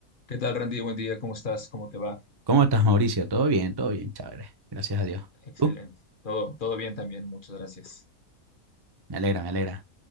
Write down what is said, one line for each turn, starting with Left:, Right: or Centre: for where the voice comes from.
Left: ¿Qué tal, Randy? Buen día, ¿cómo estás? ¿Cómo te va?
Right: ¿Cómo estás, Mauricio? Todo bien, todo bien, chévere. Gracias a Dios.
Left: Excelente.
Right: ¿Tú?
Left: Todo, todo bien también, muchas gracias.
Right: Me alegra, me alegra.